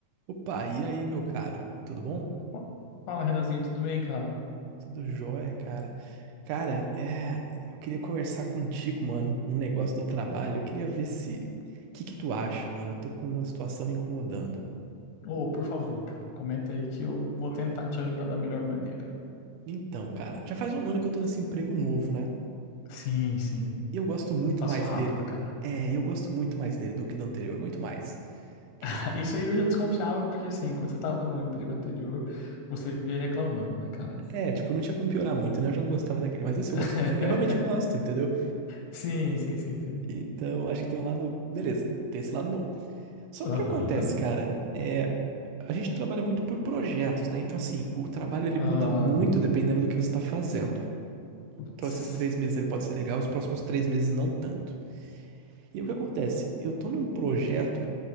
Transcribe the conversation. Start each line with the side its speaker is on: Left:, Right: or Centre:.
Right: Opa, e aí, meu caro? Tudo bom?
Left: Fa- Fala, Renanzinho, tudo bem, cara?
Right: Tudo jóia, cara. Cara, é, eu queria conversar contigo, mano, um negócio do trabalho. Eu queria ver se, o que que tu acha, mano? Eu tô com uma situação me incomodando.
Left: Ô, por favor, cara, comenta aí que eu vou tentar te ajudar da melhor maneira.
Right: Então, cara, já faz um ano que eu tô nesse emprego novo, né?
Left: Sim, sim.
Right: E eu gosto muito
Left: Passou
Right: mais
Left: rápido,
Right: dele.
Left: cara.
Right: É, eu gosto muito mais dele do que do anterior, muito mais. Tipo,
Left: <laughs>
Right: assim,
Left: Isso aí eu já desconfiava, porque assim, quando você tava no emprego anterior, você vivia reclamando, né, cara?
Right: é, tipo, não tinha como piorar muito, né? Eu já não gostava daquele, mas
Left: <laughs>
Right: esse eu gosto, eu, eu realmente gosto, entendeu?
Left: Sim, sim, sim, sim.
Right: Então, acho que tem um lado, beleza, tem esse lado bom. Só
Left: Aham.
Right: que o que acontece, cara, é a gente trabalha muito por projetos, né? Então, assim, o trabalho ele
Left: Ah,
Right: muda muito dependendo do que você está fazendo.
Left: putz.
Right: Então, esses três meses ele pode ser legal, os próximos três meses não tanto. E o que acontece? Eu tô num projeto